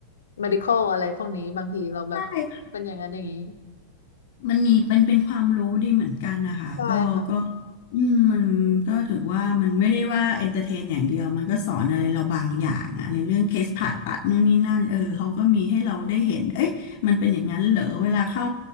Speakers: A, on the left; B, on the left.
A: medical อะไรพวกนี้บางทีเราแบบเป็นอย่างนั้นอย่างนี้
B: ใช่ มันมีเป็นเป็นความรู้ดีเหมือนกันนะคะก็ก็
A: ใช่ค่ะ
B: อืมมันก็ถือว่ามันไม่ได้ว่าเอนเตอร์เทนอย่างเดียวมันก็สอนอะไรเราบางอย่างอะในเรื่องเคสผ่าตัดนู่นนี่นั่นเออเขาก็มีให้เราได้เห็นเอ๊ะมันเป็นอย่างนั้นเหรอเวลาเข้า